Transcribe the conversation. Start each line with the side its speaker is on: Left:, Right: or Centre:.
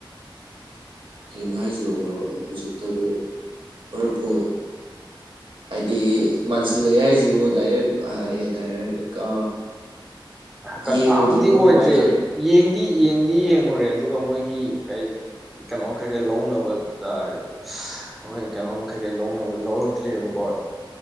Right: ꯀꯩꯅꯣ ꯍꯥꯏꯁꯤ ꯍꯧꯖꯤꯛꯇꯕꯨ ꯃꯔꯨꯞꯄꯨ ꯍꯥꯏꯗꯤ ꯃꯥꯟꯁꯤꯜꯂꯛꯑꯦ ꯍꯥꯏꯁꯤꯕꯨ ꯗꯥꯏꯔꯦꯛ ꯑꯦ ꯗꯥꯏꯔꯦꯛ ꯑ
Centre: ꯀꯟꯐꯥꯔꯝꯗꯤ
Right: ꯌꯦꯡꯉꯨꯗ꯭ꯔꯤꯕꯣ
Centre: ꯑꯣꯏꯗ꯭ꯔꯤ
Right: ꯀꯃꯥꯏꯅ ꯇꯧꯔꯤ
Centre: ꯌꯦꯡꯗꯤ ꯌꯦꯡꯗꯤ ꯌꯦꯡꯉꯨꯔꯦ ꯑꯗꯨꯒ ꯃꯣꯏꯒꯤ ꯀꯩ ꯀꯩꯅꯣꯝ ꯀꯩꯀꯩ ꯂꯧꯅꯕ ꯇꯥꯔꯦ ꯃꯣꯏ ꯀꯩꯅꯣꯃ ꯀꯩ ꯀꯩ ꯂꯧꯅꯕꯗ ꯂꯧꯔꯛꯇ꯭ꯔꯤꯕꯀꯣ